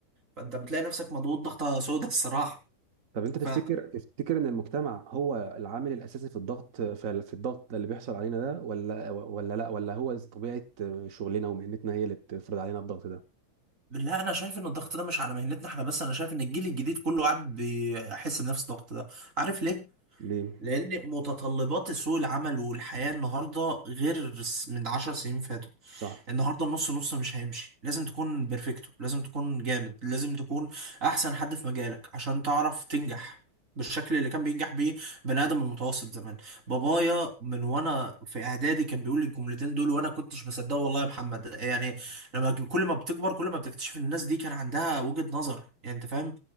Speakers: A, on the right (about 25°); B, on the right (about 80°).
A: فانت بتلاقي نفسك مضغوط ضغطة سودة الصراحة
B: طب انت تفتكر
A: ف
B: تفتكر ان المجتمع هو العامل الاساسي في الضغط في في الضغط اللي بيحصل علينا ده ولا ولا لا ولا هو طبيعه شغلنا ومهنتنا هي اللي بتفرض علينا الضغط ده
A: لا انا شايف ان الضغط ده مش على مهنتنا احنا بس انا شايف ان الجيل الجديد كله قاعد بيحس بنفس الضغط ده عارف ليه؟
B: ليه
A: لان متطلبات سوق العمل والحياة النهاردة غير من عشر سنين فاتوا
B: صح
A: النهارده النص نص مش هيمشي لازم تكون بيرفكتو لازم تكون جامد لازم تكون احسن حد في مجالك عشان تعرف تنجح بالشكل اللي كان بينجح بيه بني ادم المتوسط زمان بابايا من وانا في اعدادي كان بيقول لي الجملتين دول وانا كنتش بصدقه والله يا محمد يعني لما ج- كل ما بتكبر كل ما بتكتشف ان الناس دي كان عندها وجهة نظر يعني انت فاهم